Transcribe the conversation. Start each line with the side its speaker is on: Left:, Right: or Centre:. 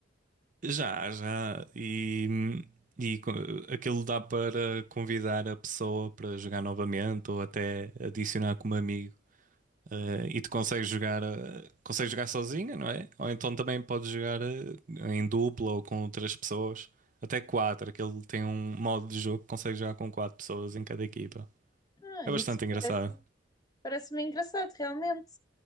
Right: Já, já. E, e co- aquilo dá para convidar a pessoa para jogar novamente ou até adicionar como amigo. Eh, e tu consegues jogar, eh, consegues jogar sozinho, não é? Ou então também podes jogar eh, em dupla ou com outras pessoas, até quatro. Aquele tem um modo de jogo que consegues jogar com quatro pessoas em cada equipa.
Left: Ah,
Right: É
Left: isso
Right: bastante engraçado.
Left: parece, parece-me engraçado, realmente.